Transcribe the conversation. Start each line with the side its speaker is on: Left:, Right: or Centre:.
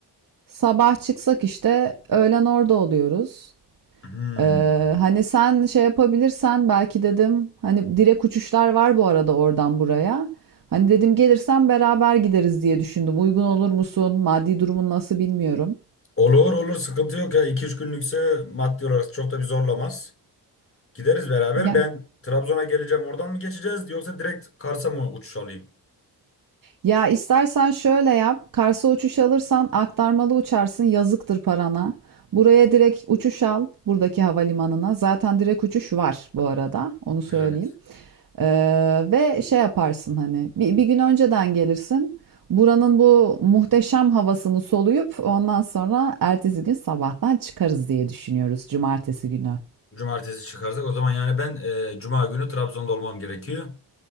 Right: sabah çıksak işte öğlen orada oluyoruz.
Left: Hmm.
Right: Ee, hani sen şey yapabilirsen belki dedim hani direkt uçuşlar var bu arada oradan buraya. Hani dedim gelirsen beraber gideriz diye düşündüm. Uygun olur musun? Maddi durumun nasıl bilmiyorum.
Left: Olur olur sıkıntı yok ya. iki üç günlükse maddi olarak çok da bir zorlamaz. Gideriz beraber.
Right: Ya,
Left: Ben Trabzon'a geleceğim. Oradan mı geçeceğiz yoksa direkt Kars'a mı uçuş alayım?
Right: ya istersen şöyle yap. Kars'a uçuş alırsan aktarmalı uçarsın. Yazıktır parana. Buraya direkt uçuş al buradaki havalimanına. Zaten direkt uçuş var bu arada. Onu söyleyeyim.
Left: Evet.
Right: Ee, ve şey yaparsın hani bir, bir gün önceden gelirsin. Buranın bu muhteşem havasını soluyup ondan sonra ertesi gün sabahtan çıkarız diye düşünüyoruz cumartesi günü.
Left: Cumartesi çıkarsak o zaman yani ben e, Cuma günü Trabzon'da olmam gerekiyor.